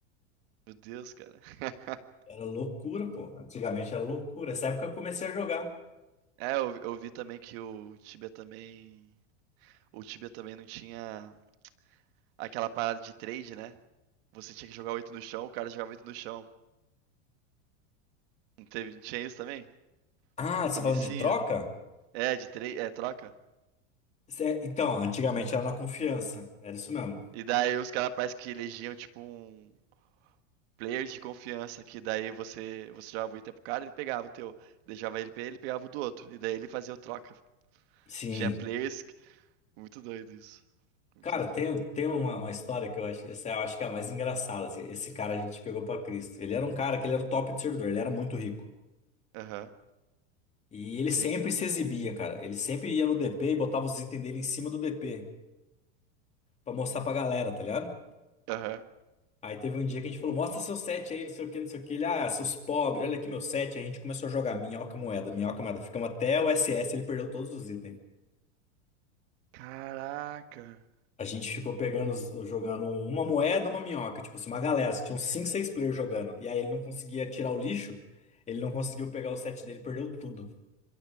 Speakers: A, on the right; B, on the left.
A: Meu Deus, cara. <laughs>
B: Era loucura, pô. Antigamente era loucura. Essa época eu comecei a jogar.
A: É, eu, vi- eu vi também que o Tibia também. O Tibia também não tinha aquela parada de trade, né? Você tinha que jogar oito no chão, o cara jogava oito no chão. Não teve, não tinha isso também?
B: Ah,
A: No
B: você
A: comecinho?
B: falando de troca?
A: É, de trade, é, troca.
B: Cê- Então, antigamente era na confiança. Era isso mesmo.
A: E daí os caras parece que elegiam tipo um, players de confiança que daí você, você jogava o item pro cara, ele pegava o teu, deixava ele pra ele, ele pegava o do outro, e daí ele fazia o troca. <laughs>
B: Sim.
A: Tinha players. que- Muito doido isso. Muito
B: Cara,
A: doido.
B: tem, tem uma, uma história que eu acho, essa eu acho que é a mais engraçada. assim. Esse cara a gente pegou pra Cristo. Ele era um cara que ele era o top do servidor, ele era muito rico.
A: Aham,
B: E ele
A: sim.
B: sempre se exibia, cara. Ele sempre ia no DP e botava os itens dele em cima do DP pra mostrar pra galera, tá ligado?
A: Aham.
B: Aí teve um dia que a gente falou: mostra seu set aí, não sei o que, não sei o que. Ele, ah, seus pobres, olha aqui meu set. Aí a gente começou a jogar minhoca moeda, minhoca moeda. Ficamos até o SS, ele perdeu todos os itens.
A: Caraca.
B: A gente ficou pegando, os- jogando uma moeda, uma minhoca, tipo assim, uma galera, tinham cinco seis players jogando. E aí ele não conseguia tirar o lixo, ele não conseguiu pegar o set dele, perdeu tudo.